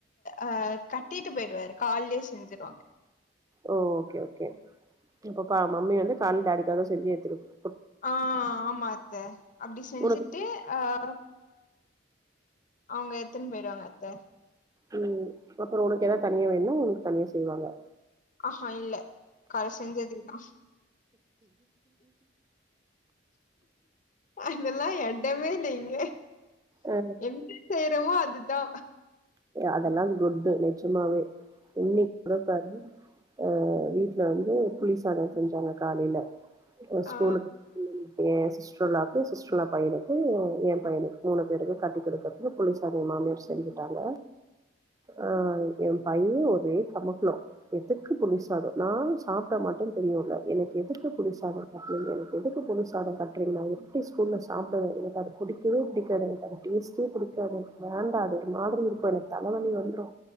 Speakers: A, on the left; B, on the right.
A: ஆஹ் கட்டிட்டு போயிடுவரு காலையிலேயே செஞ்சருவாங்க
B: ஓ ஓகே ஓகே அப்பப்ப மம்மி வந்து கால டாடிக்காக செஞ்சு எடுத்துட்டு
A: ஆஹ் ஆமாத்த அப்படி செஞ்சுட்டு
B: உனக்கு
A: அஹ் அவங்க எடுதுனு போயடுாங்க அத்த
B: உஹம் அப்புறம் உனக்கு ஏதாவது தனியா வேணும்னா உனக்கு தனியா செய்வாங்க
A: ஆஹஹா இல்ல கால செஞ்சதேதா அதெல்லாம் எடமே இங்க
B: அ
A: எப்படி செய்யறமோ அது அதா
B: அதெல்லாம் குட்டு நிஜமாவே இன்னைக்கு கொடுப்பாரு அஹ் வீட்டு்ல வந்து புலிசாதா செஞ்சாங்க காலையில ஸ்கூலுக்கு
A: ஆ
B: ஏ சிஸ்ட்ர்லாவுக்கு சிஸ்டர்லா பையனுக்கு எ பையனுக்கு மூணு பேருக்கு கட்டி கொடுக்கறதுக்கு புலிசாதம் எ மாமியர் செஞ்சுட்டாங்க ஆஹ் என் பையன் ஒரே கமக்கலம் எதுக்கு புளிசாதம் நா சாப்பிட மாட்டேன்னனு தெரியுல எனக்கு எதுக்கு புளிசாதம் கட்டுறீங்க எனக்கு எதுக்கு புளிசாதம் கட்டுறீங்க நா எப்படி ஸ்கூல்ல சாப்பிடுவேன் எனக்கு அது பிடிக்கவே பிடிக்காது எனக்கு அது டேஸ்டே பிடிக்காது வேண்டா அது ஒரு மாதிரி இரு கும் தலவலி வந்துரு